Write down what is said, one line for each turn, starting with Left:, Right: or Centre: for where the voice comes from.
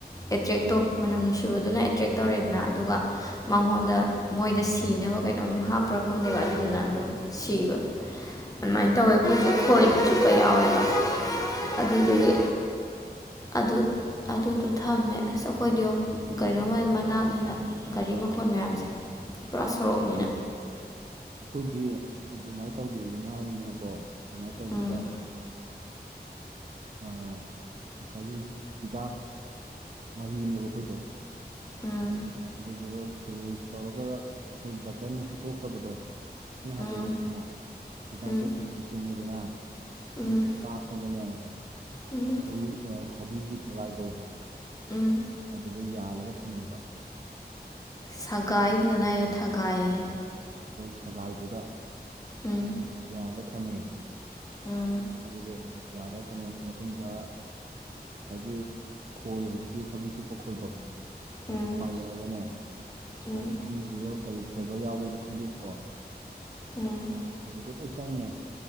Left: ꯑꯦꯛꯇ꯭ꯔꯦꯛ ꯇꯣ ꯃꯅꯝ ꯅꯨꯡꯁꯤꯕꯥꯗꯨꯅ ꯑꯦꯇ꯭ꯔꯦꯛ ꯇꯧꯔꯦꯗꯥꯅ ꯑꯗꯨꯒ ꯃꯉꯣꯟꯗꯥ ꯃꯣꯏꯗꯥ ꯁꯤꯅꯕ ꯀꯩꯅꯣꯝ ꯍꯥꯞꯄ꯭ꯔꯥ ꯈꯪꯗꯦꯕ ꯑꯗꯨꯗꯨꯅ ꯑꯗꯨꯝ ꯁꯤꯕ꯫ ꯑꯗꯨꯃꯥꯏꯟ ꯇꯧꯋꯦ ꯑꯈꯣꯏꯁꯨ ꯈꯣꯏꯅ ꯆꯨꯞꯄ ꯌꯥꯎꯋꯦꯕ ꯑꯗꯨꯗꯨꯒꯤ
Right: <inaudible>
Left: ꯑꯗꯨꯠ ꯑꯗꯨꯗꯣ ꯊꯝꯃꯦ ꯑꯁ ꯑꯈꯣꯏꯗꯤ ꯌꯣꯎ ꯀꯩꯅꯣꯃ ꯃꯅꯥꯛꯅꯤꯅ ꯒꯥꯔꯤ ꯃꯈꯣꯟ ꯃꯌꯥꯝꯁꯦ ꯄꯨꯔꯥ ꯁꯣꯔꯣꯛꯅꯤꯅ
Right: ꯑꯩꯈꯣꯏꯗꯤ ꯑꯗꯨꯃꯥꯏ ꯇꯧꯗꯦꯌꯦ ꯏꯃꯥꯗꯨꯅꯥꯀꯣ ꯀꯃꯥꯏ ꯇꯧꯒꯦꯗꯥ
Left: ꯎꯝ
Right: ꯑꯥ ꯉꯁꯥꯏꯒꯤ ꯍꯤꯗꯥꯛ ꯃꯍꯤꯅꯦꯕꯥ ꯑꯈꯣꯏꯗꯣ
Left: ꯎꯝ
Right: ꯑꯗꯨꯗꯨꯒꯥ ꯁꯤꯔꯤꯟꯁ ꯇꯧꯔꯥꯒꯥ ꯑꯈꯣꯏ ꯕꯥꯇꯟ ꯍꯨꯠꯇꯣꯛꯈ꯭ꯔꯥꯕꯗꯣ ꯏꯁꯤꯡ ꯍꯥꯟꯖꯤꯜꯂꯦꯗꯥꯅ
Left: ꯎꯝ
Right: ꯍꯤꯗꯥꯛꯇꯣ
Left: ꯎꯝ
Right: ꯁꯤꯔꯤꯟꯁ ꯆꯤꯡꯉꯦꯗꯥꯅ
Left: ꯎꯝ
Right: ꯑꯗꯨꯒꯥ ꯀꯥꯞꯄꯥꯒꯅꯦ
Left: <unintelligible>
Right: ꯊꯧꯔꯤ ꯑꯥ ꯊꯥꯕꯤꯒꯤ ꯊꯒꯥꯏꯗꯣ
Left: ꯎꯝ
Right: ꯑꯗꯨꯗꯥ ꯌꯥꯜꯂꯥꯒ ꯊꯝꯃꯦꯕꯥ
Left: ꯁꯒꯥꯏ ꯐꯥꯖꯅ ꯍꯥꯏꯌꯣ ꯊꯥꯒꯥꯏꯌꯦ
Right: ꯃꯣꯏ ꯁꯒꯥꯏꯗꯨꯗꯥ
Left: ꯎꯝ
Right: ꯌꯥꯜꯂꯥ ꯊꯝꯃꯦ
Left: ꯎꯝ
Right: ꯑꯗꯨꯒ ꯌꯥꯜꯂꯥ ꯊꯝꯃ ꯃꯇꯨꯡꯗꯥ ꯉꯁꯥꯏꯒꯤ ꯈꯣꯏ ꯍꯧꯖꯤꯛꯀꯤ ꯊꯕꯤ ꯆꯨꯞꯄ ꯈꯣꯏꯗꯣ
Left: ꯎꯝ
Right: ꯑꯗꯨ ꯄꯥꯏꯔꯛꯑꯒꯅꯦ
Left: ꯎꯝ
Right: ꯃꯣꯏ ꯏꯁꯤꯡꯗꯨꯗ ꯀꯔꯤ ꯐ꯭ꯂꯦꯕꯔ ꯌꯥꯎꯕꯩꯅꯣ ꯈꯪꯗꯦꯕꯀꯣ
Left: ꯎꯝ
Right: ꯑꯗꯨꯗ ꯂꯣꯏ ꯆꯪꯉꯦ